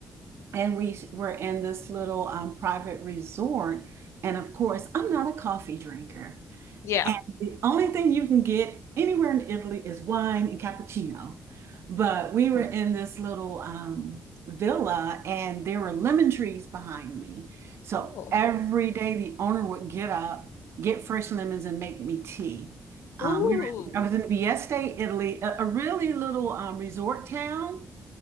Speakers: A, on the right; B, on the left.
A: and we s- were in this little um, private resort. And of course, I'm not a coffee drinker.
B: Yeah.
A: And the only thing you can get anywhere in Italy is wine and cappuccino. But we were in this little um, villa and there were lemon trees behind me. So
B: Oh.
A: every day the owner would get up, get fresh lemons, and make me tea. Um,
B: Ooh.
A: we were, I was in Vieste, Italy, a, a really little um, resort town.